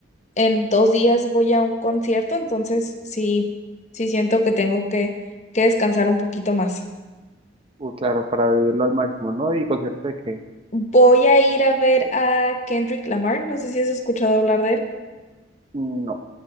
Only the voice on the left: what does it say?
en dos días voy a un concierto, entonces sí, sí siento que tengo que, que descansar un poquito más.
Voy a ir a ver a Kendrick Lamar, no sé si has escuchado hablar de él.